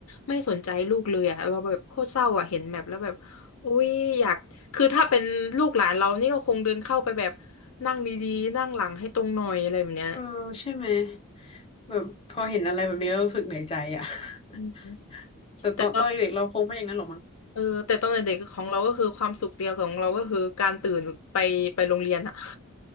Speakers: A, on the left (about 75°); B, on the left (about 25°).
A: ไม่สนใจลูกเลยอ่ะเราแบบโคตรเศร้าอ่ะเห็นแบบแล้วแบบโอ้ยอยากคือถ้าเป็นลูกหลานเรานี่ก็คงเดินเข้าไปแบบนั่งดีๆนั่งหลังให้ตรงหน่อยอะไรแบบเนี้ย
B: เออใช่ไหมแบบพอเห็นอะไรแบบนี้แล้วรู้สึกเหนื่อยใจอ่ะ <laughs>
A: อืม
B: แต่ตอนตอนเด็กๆเราคงไม่อย่างนั้นหรอกมั้ง
A: แต่ตอน เออแต่ตอนเด็กๆของเราก็คือความสุขเดียวของเราก็คือการตื่นไปไปโรงเรียนอะ